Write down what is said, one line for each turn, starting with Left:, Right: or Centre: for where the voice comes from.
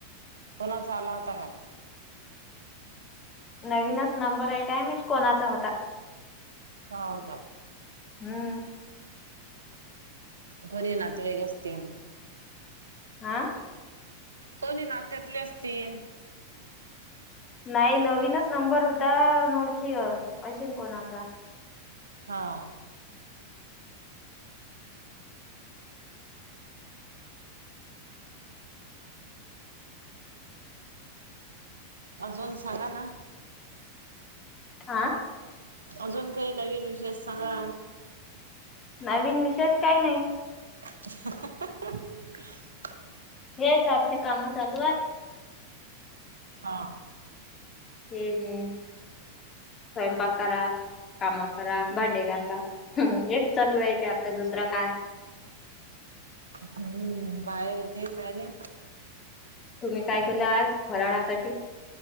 Right: कोणाचा आला होता काय.
Left: नवीनच नंबर आहे काय माहित कोणाचा होता.
Right: हांव का.
Left: हम्म.
Right: कोणी नातेवाईक असतील.
Left: आ.
Right: कोणी नात्यातले असतील.
Left: नाही नवीनच नंबर होता, अनोळखी असेल कोणाचा.
Right: हां. अजून सांगा ना.
Left: आं.
Right: अजून काही नवीन विशेष सांगा.
Left: नवीन विशेष काय नाही.
Right: <unintelligible>
Left: हेच आपले कामं चालू येतं.
Right: हा.
Left: हम हम. स्वयंपाक करा. काम करा भांडी घासा हेच चालू राहते, आपलं दुसरं काय.
Right: हम्म बाहेर होते पहले.
Left: तुम्ही काय केलं आज भराळासाठी.